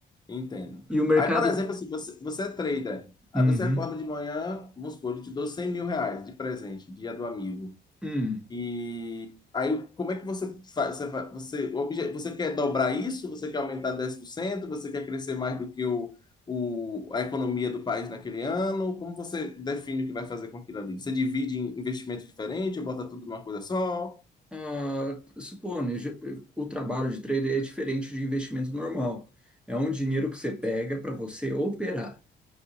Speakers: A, on the left; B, in the centre.
A: Entendo.
B: E o mercado.
A: Aí, por exemplo, assim, você, você é trader. Aí
B: Uhum.
A: você acorda de manhã, vamos supor, eu te dou 100 mil reais de presente, dia do amigo.
B: Hum.
A: E aí, como é que você faz? Você, vai- você, o obje- você quer dobrar isso? Você quer aumentar 10%? Você quer crescer mais do que o, o, a economia do país naquele ano? Como você define o que vai fazer com aquilo ali? Você divide em investimento diferente ou bota tudo numa coisa só?
B: Ah, supone, ge- o trabalho de trader é diferente de investimento normal. É um dinheiro que você pega para você operar.